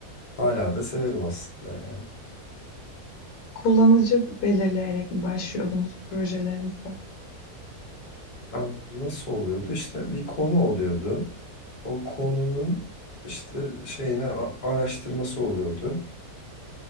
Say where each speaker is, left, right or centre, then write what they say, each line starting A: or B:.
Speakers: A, on the left; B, on the left.
A: Hala da severim aslında yani.
B: Kullanıcı belirleyerek mi başlıyordunuz projelerinize?
A: Ama Nasıl oluyordu? İşte bir konu oluyordu. O konunun işte şeyine a- araştırması oluyordu.